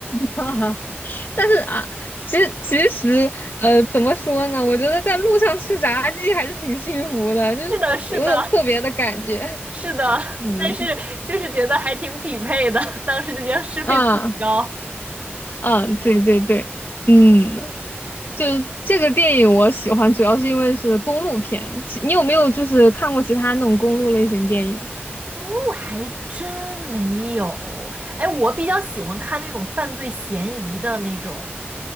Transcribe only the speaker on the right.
是的，是的。是的，<laughs>
但是就是觉得还挺匹配的，<laughs> 当时就觉得适配度很高。
公路还真没有，哎，我比较喜欢看那种犯罪嫌疑的那种，